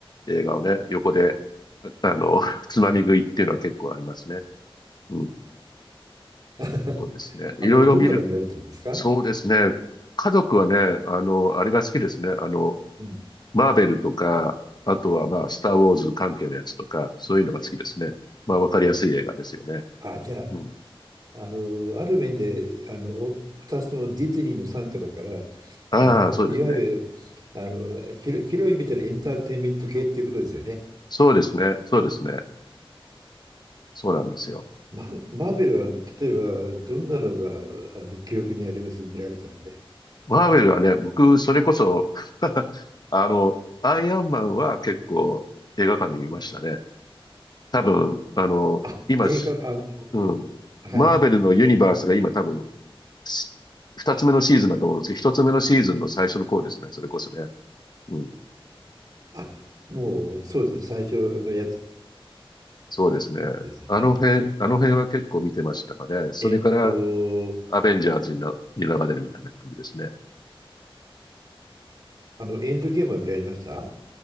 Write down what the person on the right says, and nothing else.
<laughs>
あの、どんなの見られてるんですか
うん。
あ、じゃ
あ、あの、ある面で、あの、2つともディズニーの傘下だから、
あの、
いわゆる、あの、広広い意味でのエンターテインメント系っていうことですよね。
マ、マーベルは、例えば、どんなのが、あの、記憶にあります見られたので。
あ、
映画、あの、
はい。
あ、もうそうですね、最初のやつ
ですよね。
えーっと、
あの、エンドゲームは見られました